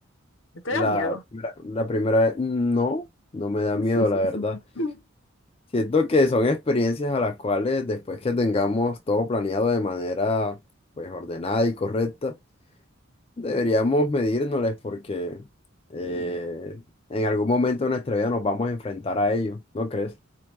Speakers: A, on the left; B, on the left.
A: ¿No te da
B: La,
A: miedo?
B: la primera vez, no, no me da
A: <laughs>
B: miedo, la verdad. Siento que son experiencias a las cuales después que tengamos todo planeado de manera pues ordenada y correcta, deberíamos medírnosles porque eh, en algún momento de nuestra vida nos vamos a enfrentar a ello, ¿no crees?